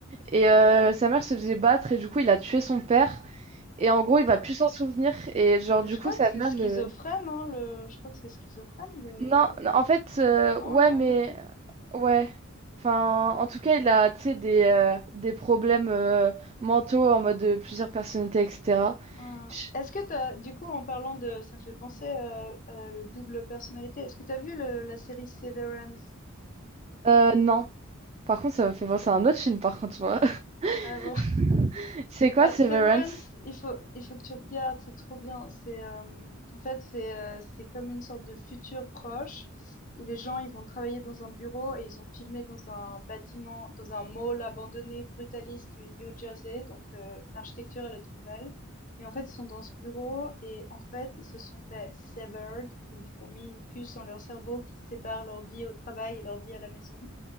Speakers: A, on the right (about 30°); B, on the left (about 40°).
A: Et euh, sa mère se faisait battre et du coup, il a tué son père. Et en gros,
B: Ah
A: il
B: Ouais.
A: va plus s'en souvenir. Et genre,
B: Mais
A: du
B: je
A: coup,
B: crois
A: sa
B: que c'est
A: mère
B: schizophrène,
A: le.
B: hein, le... Je crois que c'est schizophrène, le...
A: Non, non, en fait, euh,
B: Non,
A: ouais,
B: il y a
A: mais
B: un autre...
A: ouais. Enfin,
B: nom, Non,
A: en tout cas,
B: je sais
A: il
B: pas.
A: a, tu sais, des, euh, des problèmes euh, mentaux en mode de plusieurs personnalités, etc.
B: Euh,
A: Je-
B: Est-ce que t'as... Du coup, en parlant de... Ça me fait penser à, à le double personnalité. Est-ce que t'as vu le- la série Severance?
A: Euh, non. Par contre, ça m'a fait penser
B: Euh,
A: à un autre film, par contre, moi.
B: Ah bon.
A: <laughs> C'est quoi,
B: Bah,
A: Severance?
B: Severance, il faut, il faut que tu regardes, c'est trop bien. C'est, euh, en fait, c'est, euh, c'est comme une sorte de futur proche où les gens, ils vont travailler dans un bureau et ils ont filmé dans un bâtiment, dans un mall abandonné brutaliste du New Jersey. Donc, le- l'architecture, elle est trop belle. Et en fait, ils sont dans ce bureau et en fait, ils se sont fait severed. Donc, ils ont mis une puce dans leur cerveau qui sépare leur vie au travail et leur vie à la maison.